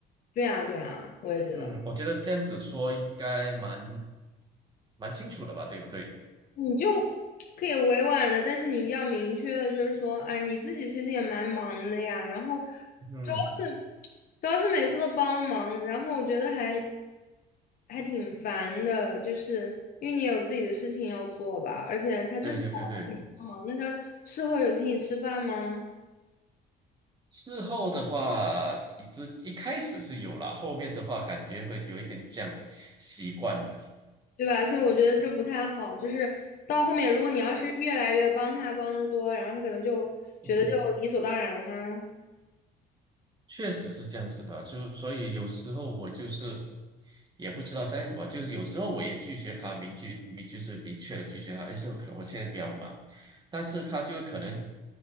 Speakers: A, on the left; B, on the right.
A: 对啊，对啊，我也觉得，
B: 嗯，我觉得这样子说应该蛮蛮清楚的吧，对不对？
A: 你就可以委婉的，但是你一定要明确的，就是说，哎，你自己其实也蛮忙的呀。然后
B: 嗯，
A: 主要是主要是每次都帮忙，然后我觉得还。还挺烦的，就是因为你有自己的事情要做吧，而且他就是老让你帮忙，
B: 对对对对。
A: 那他事后有请你吃饭吗？
B: 事后的话，一直一开始是有啦，后面的话感觉会有一点这样习惯。
A: 对吧？所以我觉得这不太好。就是到后面，如果你要是越来越帮他帮的多，然后他可能就觉得就理所当然啊。
B: <laughs> 确实是这样子的，就所以有时候我就是也不知道在怎么，就是有时候我也拒绝他，明确明就是明确的拒绝他，哎，是可我现在比较忙，但是他就可能